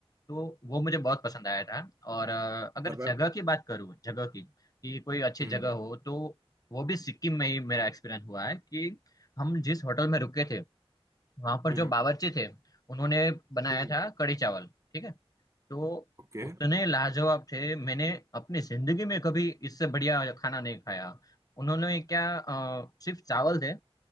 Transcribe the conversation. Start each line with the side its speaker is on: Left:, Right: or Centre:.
Left: तो वो मुझे बहुत पसंद आया था और अ, अगर
Right: पर
Left: जगह
Right: पर-
Left: की बात करूँ जगह की कि कोई अच्छी
Right: हम्म
Left: जगह हो तो वो भी सिक्किम में ही मेरा एक्सपीरियंस हुआ है कि हम जिस होटल में रुके थे वहां पर
Right: हम्म
Left: जो बावर्ची थे उन्होंने बनाया
Right: हम्म
Left: था कढ़ी चावल ठीक है तो
Right: ओके
Left: उतने लाजवाब थे मैंने अपनी जिंदगी में कभी इससे बढ़िया खाना नहीं खाया उन्होंने क्या अ, सिर्फ चावल थे